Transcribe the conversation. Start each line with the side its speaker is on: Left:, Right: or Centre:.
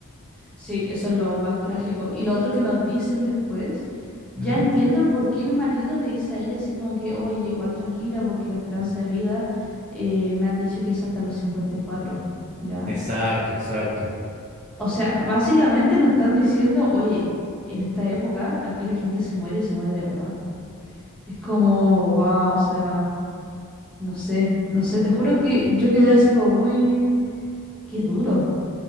Centre: Sí, eso es lo más trágico. Y lo otro que nos dicen después, ya
Right: Ujú,
Centre: entiendo por qué el marido le dice a ella así como que, oye, igual tranquila, porque la esperanza de vida eh, me han dicho que es hasta los 54, ¿ya?
Right: Exacto, exacto.
Centre: O sea, básicamente nos están diciendo, oye, en esta época aquí la gente se muere y se muere de verdad. Es como, wow, o sea, no sé, no sé, te juro que yo quedé así como muy, qué duro.